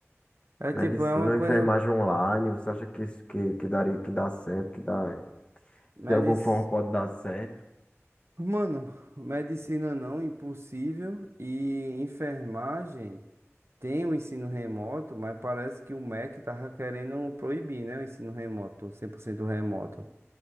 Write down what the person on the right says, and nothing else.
é
tipo, é uma coisa.
Medis.
Mano, medicina não, impossível. E enfermagem tem o ensino remoto, mas parece que o MEC tava querendo proibir, né? O ensino remoto, 100% remoto.